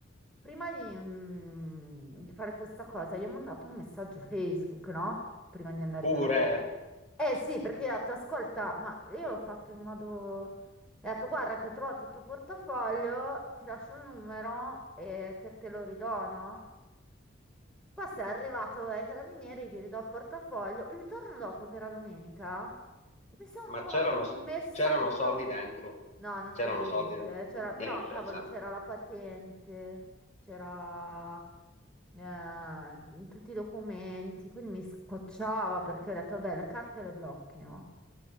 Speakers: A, in the centre; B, on the left.
A: prima di, mm, di fare questa cosa, gli ho mandato un messaggio Facebook, no? Prima di andare
B: Pure,
A: ai carabinieri. Eh sì, perché ho detto, ascolta, ma io l'ho fatto in modo... E ha detto, guarda che ho trovato il tuo portafoglio, ti lascio il numero e te, te lo ridono. Questo è arrivato ai carabinieri, gli ridò il portafoglio. Il giorno dopo, che era domenica, mi sono
B: ma
A: trovato
B: c'erano
A: un messaggio.
B: c'erano soldi dentro?
A: No, non
B: C'erano
A: c'era niente.
B: soldi?
A: C'era, però,
B: Niente,
A: cavoli,
B: sa.
A: c'era la patente, c'era eh, tutti i documenti. Quindi mi scocciava perché ho detto, vabbè, le carte le blocchi, no?